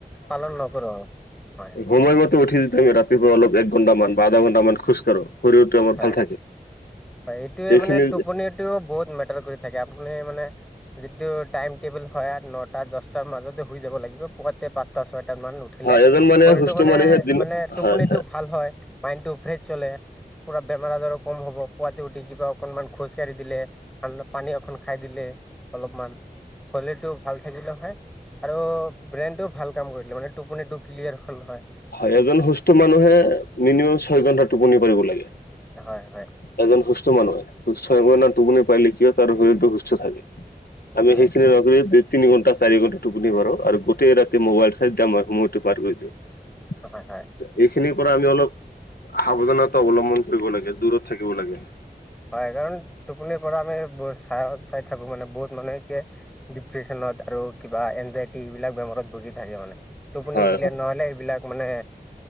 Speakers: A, in the centre; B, on the left.
A: পালন নকৰো। হয়।
B: সময়মতে উঠি যদি আমি ৰাতিপুৱা অলপ এক ঘণ্টামান বা আধা ঘণ্টামান খোজকাঢ়ো শৰীৰটো আমাৰ
A: হয়
B: ভাল থাকে।
A: হয় এইটোৱেই
B: এইখিনি
A: মানে টোপনিটোও বহুত মেটাৰ কৰি থাকে আপুনি মানে যিটো টাইম টেবুল হয় আ নটা, দছটাৰ মাজতে শুই যাব লাগিব পুৱাতে পাঁচটা, ছয়টা মান উ উঠিলে
B: হয় এজন মানুহে
A: শৰীৰটো
B: সুস্থ
A: মানে-মানে
B: মানুহে দিন
A: টোপনিটো
B: হয়
A: ভাল হয়। মাইণ্ডটো ফ্ৰেছ চলে, পুৰা বেমাৰ-আজাৰো কম হব পুৱাতে উঠি কিবা অকনমান খোজকাঢ়ি দিলে ঠাণ্ডা পানী এখন খাই দিলে, অলপমান শলীলটো ভাল থাকিলে হয় আৰু ব্ৰেইনটোও ভাল কাম কৰিলে মানে টোপনিটো ক্লিয়াৰ হল হয়
B: হয় এজন সুস্থ মানুহে মিনিমাম ছয় ঘন্টা টোপনি পাৰিব লাগে।
A: হয়-হয়
B: এজন সুস্থ মানুহে সুস্থ মানে টোপনি পাৰিলে কি হয় তাৰ শৰীৰটো সুস্থ থাকে। আমি
A: হয়
B: সেইখিনি
A: সেইটো
B: নকৰি দেত তিনি ঘণ্টা, চাৰি ঘন্টা টোপনি মাৰো আৰু গোটেই ৰাতি মোবাইল চাই এদাম সময়টো পাৰ কৰি দিওঁ <unintelligible>
A: হয়-হয়
B: এইখিনিৰ পৰা আমি অলপ সাৱধানতা অৱলম্বন কৰিব লাগে, দূৰত থাকিব লাগে।
A: হয় কাৰণ টোপনিৰ পৰা আমি ব চাই-চাই থাকো মানে বহুত মানুহ কে ডিপ্ৰেচনত আৰু কিবা এনজাইটি এইবিলাক বেমাৰত ভুগি থাকে মানে টোপনি
B: হয়
A: ক্লিয়াৰ
B: হয়
A: নহলে এইবিলাক মানে